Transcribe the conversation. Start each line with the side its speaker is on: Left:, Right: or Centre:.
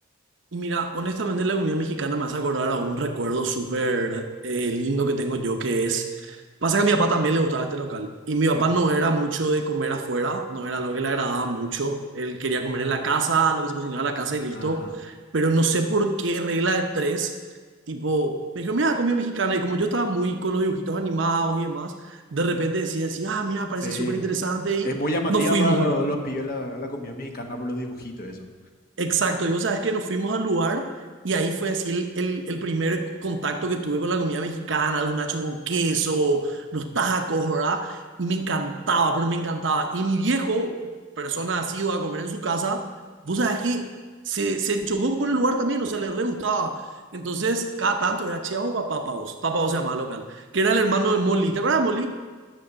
Right: Y mira, honestamente la comida mexicana me hace acordar a un recuerdo súper eh, lindo que tengo yo, que es, pasa que a mi papá también le gustaba este local y mi papá no era mucho de comer afuera, no era lo que le agradaba mucho, él quería comer en la casa, lo que se cocinaba en la casa y listo,
Left: Ajá.
Right: pero no sé por qué regla de tres, tipo, me dijo, mira, comida mexicana y como yo estaba muy con los dibujitos animados y demás, de repente decía así, ah, mira, parece
Left: Sí.
Right: súper interesante y
Left: Es muy llamativa
Right: nos fuimos,
Left: para lo-
Right: ¿verdad?
Left: los pibes la, la comida mexicana por los dibujitos, eso.
Right: Exacto, y vos sabes que nos fuimos al lugar y ahí fue así el, el, el primer contacto que tuve con la comida mexicana, los nachos con queso, los tacos, ¿verdad? Y me encantaba, pero me encantaba. Y mi viejo, persona asidua a comer en su casa, vos sabes que se, se chocó con el lugar también, o sea, le re gustaba. Entonces, cada tanto era, che, vamos para Papá Vos, Papá Oz se llamaba el local, que era el hermano de Molly. ¿Te acuerdas de Molly?